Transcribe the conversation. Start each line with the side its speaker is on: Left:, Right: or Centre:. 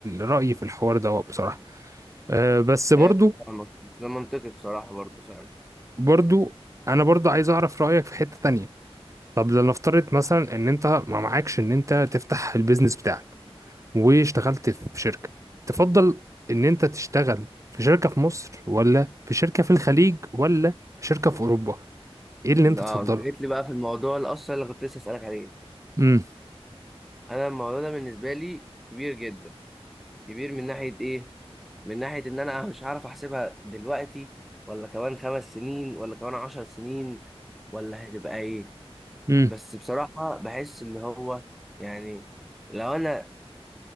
Right: رأيي في الحوار ده بصراحة آه، بس برضو
Centre: ايوه فاهمك بس ده منطقي بصراحه برضه فعلا
Right: برضو انا برضو عايز اعرف رايك في حته تانية طب لنفترض مثلا ان انت ما معكش ان انت تفتح البيزنس بتاعك واشتغلت في شركه تفضل ان انت تشتغل في شركه في مصر ولا في شركه في الخليج ولا في شركه في اوروبا ايه اللي
Centre: لا
Right: انت تفضله
Centre: انت جيت لي بقى في الموضوع الاصل اللي كنت لسه اسالك عليه
Right: امم
Centre: انا الموضوع ده بالنسبه لي كبير جدا كبير من ناحيه ايه من ناحية إن أنا مش عارف أحسبها دلوقتي ولا كمان خمس سنين ولا كمان عشر سنين ولا هتبقى إيه
Right: امم
Centre: بس بصراحة بحس إن هو يعني لو أنا